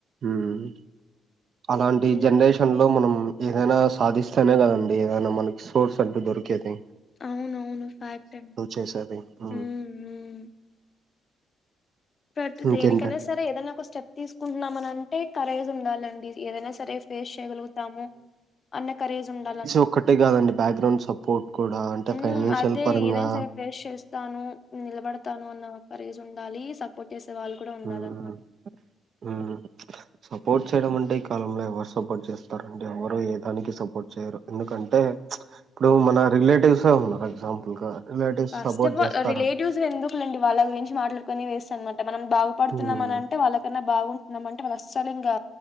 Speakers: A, on the right; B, on the left.
A: ఉమ్ అలాంటి
B: నిజమే.
A: జనరేషన్ లో మనం ఏదైనా సాధిస్తేనే గదండి ఏదైనా మనకి సోర్స్ అంటూ దొరికేది
B: అవునవును ఫ్యాక్ట్ అండి
A: చేేసేది ఉమ్
B: హ్మ్ హ్మ్ బట్
A: ఇంకేంటంటే
B: దేనికైనా సరే ఏదైనా ఒక స్టెప్ తీసుకుంటున్నాం అని అంటే కరేజ్ ఉండాలండి ఏదైనా సరే ఫేస్ చేయగలుగుతాము అన్న కరేజ్ ఉండాలన్నమాట
A: ఒక్కటే కాదండి బ్యాక్గ్రౌండ్ సపోర్ట్ కూడా అంటే
B: ఉమ్
A: ఫైనాన్షియల్
B: అదే
A: పరంగా
B: ఏదైనా సరే ఫేస్ చేస్తాను నిలబడతాను అన్న కరేజ్ ఉండాలి సపోర్ట్ చేసే వాళ్ళు కూడా ఉండాలి
A: ఉమ్
B: అన్నమాట
A: ఉమ్ సపోర్ట్ చేయడం అంటే ఈ కాలంలో ఎవరు సపోర్ట్ జేస్తారండి ఎవరు ఏ దానికి సపోర్ట్ చేయరు ఎందుకంటే ఇప్పుడు మన రిలేటివ్సే ఉన్నారు ఎగ్జాంపుల్ గా రిలేటివ్స్
B: ఫస్ట్అఫ్అల్
A: సపోర్ట్ చేస్తారా
B: రిలేేటివ్స్ ఎందుకు లేండి వాళ్ళ గురించి మాట్లాడుకోని వేస్ట్ అనమాట మనం బాగుపడుతున్నాం
A: ఉమ్
B: అని అంటే వాళ్ళకన్నా బాగు ఉన్నామంటే వాళ్ళు అస్సలు ఇంకా